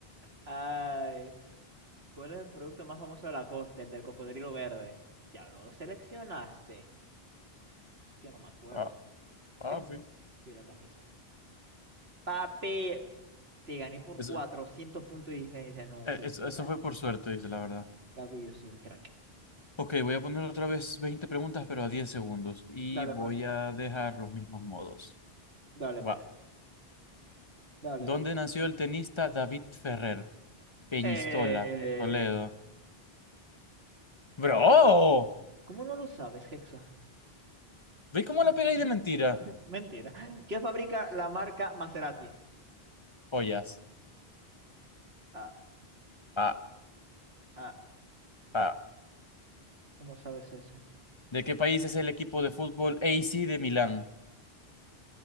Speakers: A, on the right; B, on the left.
A: Ay. ¿Cuál es el producto más famoso de la costa? El del cocodrilo verde. Ya lo seleccionaste. Hostia, no me acuerdo.
B: Ah, papi.
A: ¿Esto? Sí, la camisa. Papi, te gané por
B: Eso,
A: 400 puntos de diferencia. No,
B: eh,
A: qué
B: eso,
A: locura.
B: eso fue por suerte, dice la verdad.
A: Papi, yo soy un crack.
B: Ok,
A: Men-
B: voy a poner otra vez 20 preguntas, pero a 10 segundos. Y
A: Dale,
B: voy
A: pues.
B: a dejar los mismos modos.
A: Dale, pues.
B: Va.
A: Dale,
B: ¿Dónde
A: dale.
B: nació el tenista David Ferrer? Peñistola,
A: Eh,
B: Toledo. ¡Bro!
A: ¿Cómo no lo sabes, Hexa?
B: ¿Veis cómo la
A: <laughs>
B: pegáis de mentira?
A: Mentira. ¿Qué fabrica la marca Maserati?
B: Ollas.
A: Ah,
B: Ah,
A: ah,
B: ah.
A: ¿cómo sabes eso?
B: ¿De qué país es el equipo de fútbol AC de Milán?